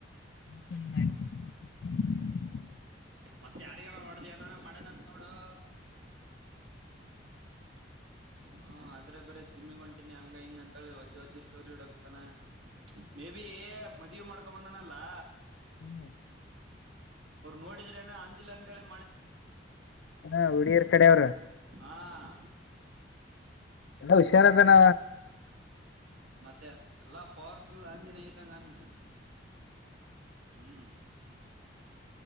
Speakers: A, on the left (about 65°); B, on the right (about 70°).
A: <unintelligible>
B: ಮತ್ತ ಯಾರಿಗನ ಹೊಡ್ದ್ ಏನಾನ ಮಾಡ್ಯನಂತ್ ನೋಡೊ <inaudible> ಹ್ಮ್ ಆದ್ರ ಬೇರೆ ಜಿಮ್ಮಿಗ್ ಹೊಂಟಿನಿ ಹಂಗ ಹಿಂಗ ಅಂತ ಹೇಳಿ ವಜ್ಜ ವಜ್ಜ ಸ್ಟೋರಿ ಇಡಾಕತ್ತನ. ಮೇಬಿ ಮದಿವಿ ಮಾಡ್ಕೊ ಬಂದನಲ್ಲಾ
A: ಹ್ಮ್
B: ನೋಡಿದ್ರೇನೆ ಅಂಜಲಂತ್ ಹೇಳಿ
A: ಹ ಹುಡಿರ್ ಕಡೆ ಅವ್ರು.
B: ಹಾಂ
A: ಎಲ್ಲ ಹುಷಾರದನ
B: ಮತ್ತೆ ಎಲ್ಲಾ ಪವರ್ಫುಲ್ ಅಂಜನೇ ಇದ್ದಂಗಾನಿಗ ಹ್ಮ್. <inaudible>